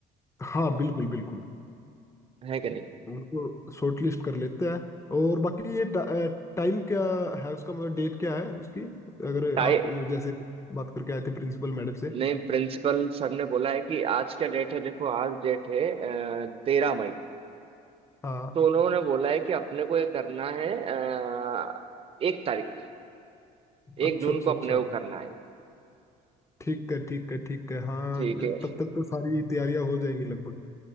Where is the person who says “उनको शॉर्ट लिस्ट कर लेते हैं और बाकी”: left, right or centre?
Left